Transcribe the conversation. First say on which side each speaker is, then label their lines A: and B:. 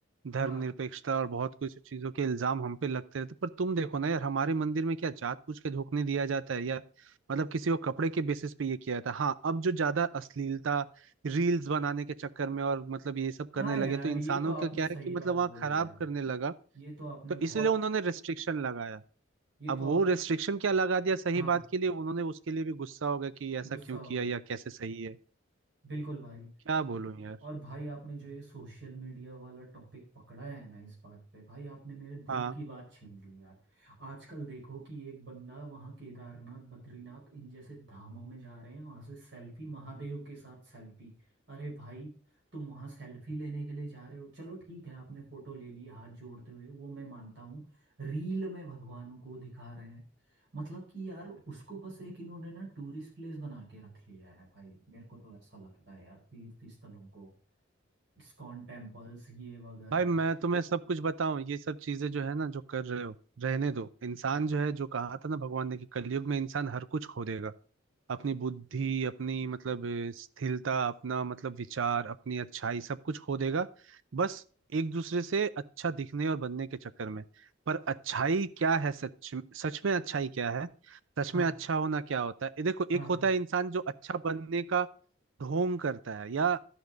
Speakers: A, on the right (about 70°); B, on the right (about 60°).
A: धर्मनिरपेक्षता
B: हाँ
A: और बहुत कुछ चीजों के इल्जाम हम पे लगते रहते पर तुम देखो ना यार हमारे मंदिर में क्या जात पूछ के झोंकने दिया जाता है यार मतलब किसी को कपड़े के बेसिस पे ये किया जाता है हाँ अब जो ज्यादा अश्लीलता रील्स बनाने के चक्कर में और मतलब ये सब
B: हाँ
A: करने लगे
B: यार
A: तो इंसानों
B: ये तो आपने
A: का क्या
B: सही
A: है कि मतलब
B: बात
A: वहाँ
B: बोली
A: खराब
B: यार
A: करने लगा
B: ये तो आपने
A: तो इसलिए
B: बहुत
A: उन्होंने रेस्ट्रिक्शन लगाया
B: ये
A: अब
B: तो
A: वो
B: आप
A: रेस्ट्रिक्शन क्या लगा दिया सही
B: हाँ
A: बात के लिए उन्होंने उसके लिए भी गुस्सा होगा कि ऐसा
B: गुस्सा
A: क्यों
B: हो
A: किया
B: गया
A: या कैसे सही है
B: बिल्कुल भाई
A: क्या
B: और
A: बोलूं यार
B: और भाई आपने जो ये सोशल मीडिया वाला टॉपिक पकड़ा है ना इस बात पे भाई आपने मेरे दिल
A: हाँ
B: की बात छीन ली यार आजकल देखो कि एक बंदा वहाँ केदारनाथ बद्रीनाथ इन जैसे धामों में जा रहे हैं वहाँ से सेल्फी महादेव के साथ सेल्फी अरे भाई तुम वहाँ सेल्फी लेने के लिए जा रहे हो चलो ठीक है आपने फोटो ले ली हाथ जोड़ते हुए वो मैं मानता हूँ रील में भगवानों को दिखा रहे हैं मतलब कि यार उसको बस एक इन्होंने ना टूरिस्ट प्लेस बना के रख लिया है भाई मेरे को तो ऐसा लगता है यार तीर्थ स्थलों को इस्कॉन टेम्पल्स ये वगैरह
A: भाई मैं
B: है
A: तुम्हें सब कुछ बताऊं ये सब चीजें जो है ना जो कर रहे हो रहने दो इंसान जो है जो कहा था ना भगवान ने कि कलयुग में इंसान हर कुछ खो देगा अपनी बुद्धि अपनी मतलब अ, स्थिरता अपना मतलब विचार अपनी अच्छाई सब कुछ खो देगा बस एक दूसरे से अच्छा दिखने और बनने के चक्कर में पर अच्छाई क्या है सच सच में अच्छाई क्या है सच
B: हाँ
A: में अच्छा होना क्या होता है ये देखो एक
B: हाँ हाँ
A: होता है इंसान जो अच्छा बनने का ढोंग करता है या